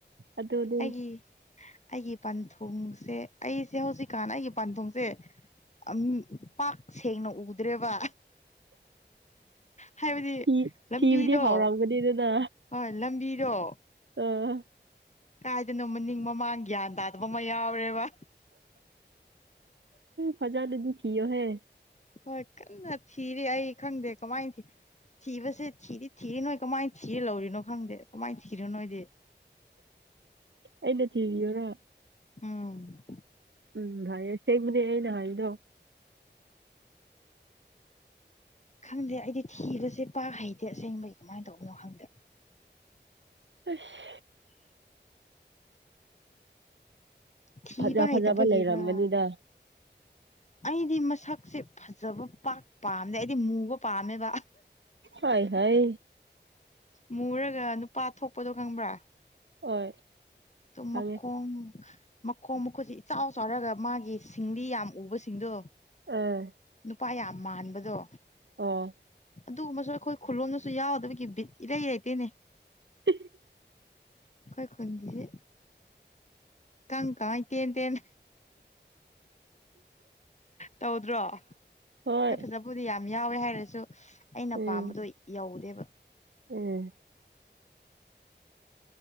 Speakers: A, on the right; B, on the left.
A: ꯑꯗꯨꯗꯤ
B: ꯑꯩꯒꯤ ꯑꯩꯒꯤ ꯄꯟꯊꯨꯡꯁꯦ ꯑꯩꯁꯦ ꯍꯧꯖꯤꯛꯀꯥꯟꯅ ꯑꯩꯒꯤ ꯄꯥꯟꯊꯨꯡꯁꯦ ꯑꯥꯝ ꯄꯥꯛ ꯁꯦꯡꯅ ꯎꯗ꯭ꯔꯦꯕ ꯍꯥꯏꯕꯗꯤ
A: ꯊꯤ
B: ꯂꯝꯕꯤꯗꯣ
A: ꯊꯤꯕꯗꯤ ꯍꯥꯎꯔꯝꯒꯅꯤꯗꯅ
B: ꯍꯣꯢ ꯂꯝꯕꯤꯗꯣ
A: ꯑ
B: ꯀꯥꯏꯗꯅꯣ ꯃꯅꯤꯡ ꯃꯃꯥꯡ ꯒ꯭ꯌꯥꯟ ꯇꯥꯗꯕ ꯑꯃ ꯌꯥꯎꯔꯦꯕ
A: ꯐꯖꯥꯅꯗꯤ ꯊꯤꯌꯣꯍꯦ
B: ꯍꯣꯏ ꯀꯟꯅ ꯊꯤꯔꯤ ꯑꯩ ꯈꯪꯗꯦ ꯀꯃꯥꯏ ꯊꯤ ꯊꯤꯕꯁꯦ ꯊꯤꯗꯤ ꯊꯤꯔꯤ ꯅꯣꯏ ꯀꯃꯥꯏꯅ ꯊꯤꯔ ꯂꯧꯔꯤꯅꯣ ꯈꯪꯗꯦ ꯀꯃꯥꯏꯅ ꯊꯤꯔꯣ ꯅꯣꯏꯗꯤ
A: ꯑꯩꯅ ꯊꯤꯕꯤꯌꯣꯔ
B: ꯎꯝ
A: ꯎꯝ ꯐꯥꯔꯦ ꯁꯦꯡꯕꯅꯦ ꯑꯩꯅ ꯍꯥꯏꯗꯣ
B: ꯈꯪꯗꯦ ꯑꯩꯗꯤ ꯊꯤꯕꯁꯦ ꯄꯥꯛ ꯍꯩꯇꯦ ꯑꯁꯦꯡꯕꯩ ꯀꯃꯥꯏꯅ ꯇꯧꯕꯅꯣ ꯈꯪꯗꯦ
A: ꯑꯁ
B: ꯊꯤꯕ
A: ꯐꯖ ꯐꯖꯕ
B: ꯍꯩꯇꯕꯒꯤꯔ
A: ꯂꯩꯔꯝꯒꯅꯤꯗ
B: ꯑꯩꯗꯤ ꯃꯁꯛꯁꯦ ꯐꯖꯕ ꯄꯥꯛ ꯄꯥꯝꯗꯦ ꯑꯩꯗꯤ ꯃꯨꯕ ꯄꯥꯝꯃꯦꯕ
A: ꯍꯥꯢ ꯍꯩ
B: ꯃꯨꯔꯒ ꯅꯨꯄꯥ ꯊꯣꯛꯄꯗꯣ ꯈꯪꯕ꯭ꯔꯥ
A: ꯍꯣꯏ
B: ꯇꯨ
A: ꯈꯪꯉꯦ
B: ꯃꯈꯣꯝ ꯃꯈꯣꯡ ꯃꯈꯨꯠꯁꯤ ꯏꯆꯥꯎ ꯆꯥꯎꯔꯒ ꯃꯥꯒꯤ ꯁꯤꯡꯂꯤ ꯌꯥꯝ ꯎꯕꯁꯤꯡꯗꯣ
A: ꯑꯥ
B: ꯅꯨꯄꯥ ꯌꯥꯝ ꯃꯥꯟꯕꯗꯣ
A: ꯑꯣ
B: ꯑꯗꯨꯒꯨꯝꯕꯁꯨ ꯑꯩꯈꯣꯏ ꯈꯨꯜꯂꯣꯝꯅꯁꯨ ꯌꯥꯎꯗꯕꯒꯤ ꯕꯤꯠ ꯏꯔꯩ ꯔꯩꯇꯩꯅꯦ
A: <unintelligible>
B: ꯑꯩꯈꯣꯏ ꯈꯨꯟꯒꯤꯁꯤ ꯏꯀꯪ ꯀꯥꯏ ꯇꯦꯟ ꯇꯦꯟ ꯇꯧꯗ꯭ꯔꯣ
A: ꯍꯣꯏ
B: ꯑꯩ ꯐꯖꯕꯨꯗꯤ ꯌꯥꯝ ꯌꯥꯎꯋꯦ ꯍꯥꯏꯔꯁꯨ ꯑꯩꯅ
A: ꯎꯝ
B: ꯄꯥꯝꯕꯗꯣ ꯌꯧꯗꯦꯕ
A: ꯎꯝ